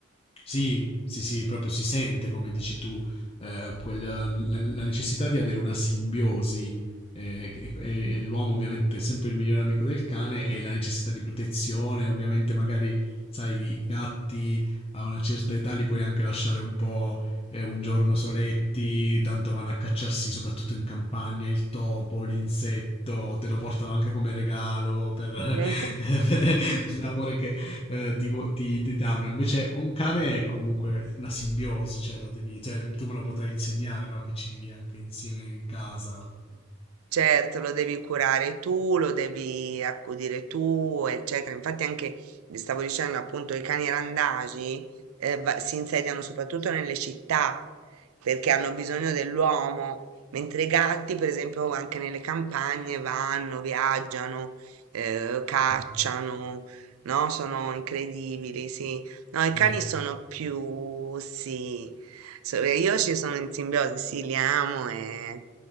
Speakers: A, on the left (about 25°); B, on the right (about 75°).
A: Sì, sì, sì, proprio si sente, come dici tu, eh, quella- la, la necessità di avere una simbiosi. eh, e, e- e l'uomo ovviamente è sempre il migliore amico del cane e la necessità di protezione, ovviamente magari, sai, i gatti a una certa età li puoi anche lasciare un po' eh, un giorno soletti, tanto vanno a cacciarsi soprattutto in campagna il topo, l'insetto, te lo portano anche come regalo per,
B: <laughs>
A: <laughs> per l'amore che, eh, ti, vo- ti- ti danno. Invece un cane è comunque una simbiosi, cioè lo devi, cioè, tu me lo potrai insegnare, no? Che ci vivi anche insieme in casa. No?
B: Certo, lo devi curare tu, lo devi accudire tu, eccetera. Infatti anche, vi stavo dicendo appunto, i cani randagi eh, va- si insediano soprattutto nelle città perché hanno bisogno dell'uomo, mentre i gatti, per esempio, anche nelle campagne vanno, viaggiano, eh, cacciano,
A: Sì,
B: no? Sono incredibili, sì. No, i cani
A: sì,
B: sono più, sì, So, e io ci sono in simbiosi, sì, li amo e,